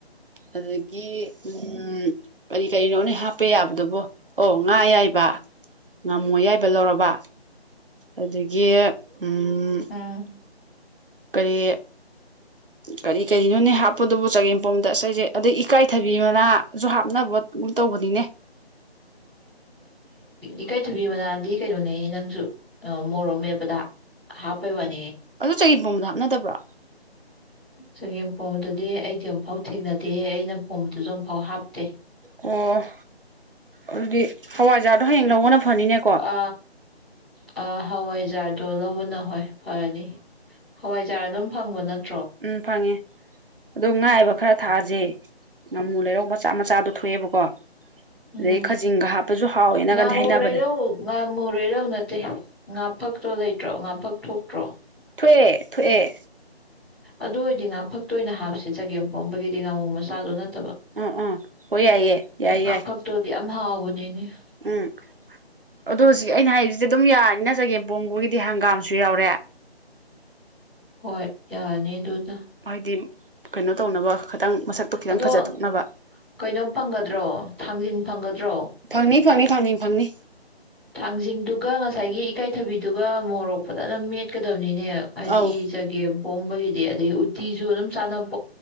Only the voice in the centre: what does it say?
ꯎꯝ
ꯏꯀꯥꯏ ꯊꯕꯤ ꯃꯅꯥꯗꯤ ꯀꯩꯅꯣꯅꯦ ꯅꯪꯁꯨ ꯃꯣꯔꯣꯛ ꯃꯦꯠꯄꯗ ꯍꯥꯞꯄꯩ ꯋꯥꯅꯤ
ꯆꯒꯦꯝ ꯄꯣꯝꯕꯗꯨꯗꯤ ꯑꯩꯗꯤ ꯑꯃꯨꯛꯐꯥꯎ ꯊꯦꯡꯅꯗꯦꯍꯦ ꯑꯩꯅ ꯄꯣꯝꯕꯗꯨꯁꯨ ꯑꯃꯨꯛꯐꯥꯎ ꯍꯥꯞꯇꯦ
ꯑ ꯑ ꯍꯋꯥ ꯕꯖꯥꯔꯗꯣ ꯂꯧꯕꯅ ꯍꯣꯏ ꯐꯔꯅꯤ ꯍꯋꯥꯏꯖꯥꯔꯥ ꯑꯗꯨꯝ ꯐꯪꯕ ꯅꯠꯇ
ꯎꯝ
ꯉꯃꯨ
ꯂꯩꯔꯧ ꯉꯃꯨ ꯂꯩꯔꯧ ꯅꯠꯇꯦ ꯉꯥꯐꯛꯇꯣ ꯂꯩꯇ꯭ꯔꯣ ꯉꯥꯐꯛ ꯊꯣꯛꯇ꯭ꯔꯣ
ꯑꯗꯨ ꯑꯣꯏꯔꯗꯤ ꯉꯥꯐꯛꯇꯣ ꯑꯣꯏꯅ ꯍꯥꯞꯁꯦ ꯆꯒꯦꯝ ꯄꯣꯝꯕꯒꯤꯗꯤ ꯉꯥꯃꯨ ꯃꯆꯥꯗꯣ ꯅꯠ
ꯉꯥꯐꯛꯇꯣꯗꯤ
ꯌꯥꯝ ꯍꯥꯎꯕꯅꯤꯅꯦ
ꯍꯣꯏ ꯌꯥꯅꯤ ꯑꯗꯨꯅ
ꯑꯗꯣ
ꯀꯩꯅꯣ ꯐꯪꯒꯗ꯭ꯔꯣ ꯊꯥꯡꯖꯤꯡ ꯐꯪꯒꯗ꯭ꯔꯣ
ꯊꯥꯡꯖꯤꯡꯗꯨꯒ ꯉꯁꯥꯏꯒꯤ ꯏꯀꯥꯏꯊꯕꯤꯗꯨꯒ ꯃꯣꯔꯣꯛ ꯐꯖꯅ ꯃꯦꯠꯀꯗꯕꯅꯤ ꯅꯦ ꯍꯥꯏꯗꯤ
ꯆꯒꯦꯝ ꯄꯣꯝꯕꯒꯤ ꯑꯗꯩ ꯎꯠꯇꯤꯁꯨ ꯑꯗꯨꯝ ꯆꯥꯅꯕꯅꯤ